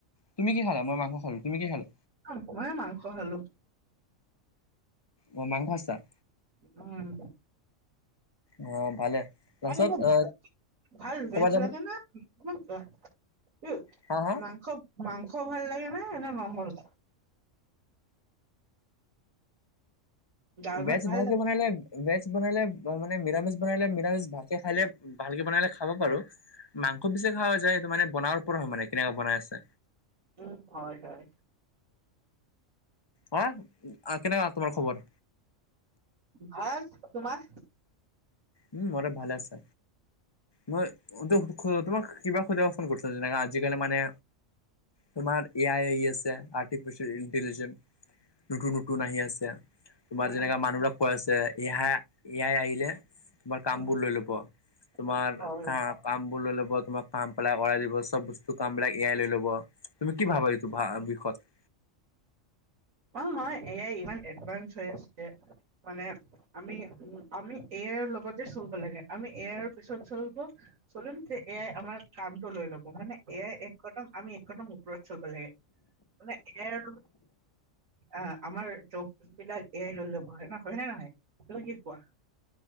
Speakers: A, on the left (about 20°); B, on the right (about 80°).
A: তুমি কি খালা? মই মাংস খালোঁ। তুমি কি খালা?
B: অ'! মইয়ো মাংস খালোঁ।
A: অ'! মাংস <unintelligible>
B: উম!
A: অ ভালে লাষ্টত
B: <unintelligible>
A: অ
B: ভাল ভেজ
A: ক'বাত যাব
B: লাগে না <unintelligible> <unintelligible>
A: হা হা
B: মাংস, মাংস ভাল লাগে না, না ন'ন ভেজ? দাল ভাত
A: ভেজ
B: ভাল
A: ভালকে
B: লাগে
A: বনাই লৈ আন। ভেজ বনালে মানে, নিৰামিষ বনালে, নিৰামিষ ভালকে খাই, ভালকে বনাই খাব পাৰোঁ। মাংস বেছি খোৱা হৈ যায়, সেইটো বনোৱাৰ ওপৰত হয় মানে, কেনেকুৱা বনাই আছে।
B: উম! হয়, হয়।
A: হা! কেনেকুৱা তোমাৰ খবৰ?
B: ভাল! তোমাৰ?
A: উম, মইতো ভালে আছে! মই, তোমাক কিবা সুধিব ফোন কৰিছিলোঁ, যেনেকা, আজিকালি মানে, তোমাৰ, এ আাই আহি আছে। <unintelligible> <unintelligible> ইণ্টেলিজেণ্ট, নতুন-নতুন আহি আছে। তোমাৰ,
B: উম
A: যেনেকা মানুহবিলাক কৈ আছে! <unintelligible> এ আই আহিলে, তোমাৰ কাম
B: উম
A: বোৰ লৈ ল'ব। তোমাৰ
B: উম হয়
A: কা কাম বুলি লৈ ল'ব, তোমাক কাম পেলাই কৰাই দিব, চব বস্তু কাম বিলাক এ আই লৈ ল'ব, তুমি
B: উম
A: কি ভাবা এইটো বিষয়ত?
B: অ'! হয়, এ আই ইমান এডভান্স হৈ আছে। মানে, আমি, আমি এ আইৰ লগতে চলিব লাগে। আমি এ আইৰ পিছত, চলিব। চলিম যে, এ আই আমাৰ কামটো লৈ ল'ব। মানে, এ আই এক কদম, আমি একদম <unintelligible> লাগে। মানে, এ আই আৰু আঁ আমাৰ <unintelligible> বিলাক এ আই লৈ ল'ব, হয় নে নহয়! তুমি কি কোৱা?